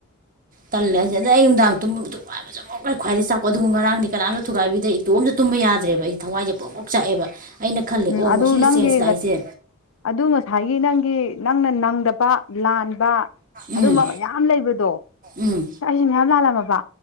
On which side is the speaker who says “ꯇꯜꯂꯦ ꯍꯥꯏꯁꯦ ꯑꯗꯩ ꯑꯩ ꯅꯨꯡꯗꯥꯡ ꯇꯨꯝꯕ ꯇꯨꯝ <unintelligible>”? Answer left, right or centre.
Right